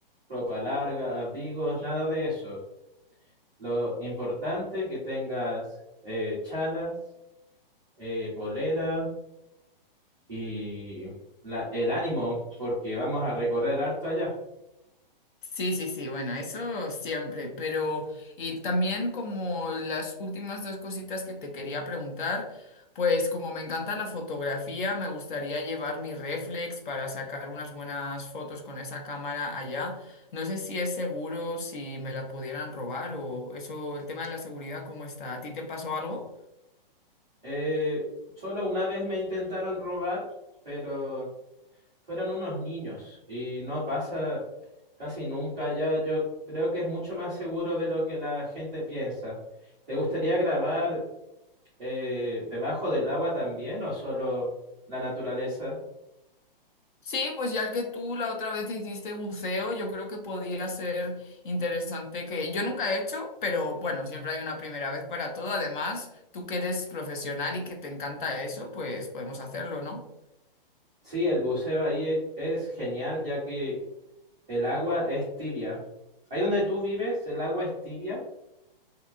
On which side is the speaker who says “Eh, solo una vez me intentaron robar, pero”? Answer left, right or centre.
Centre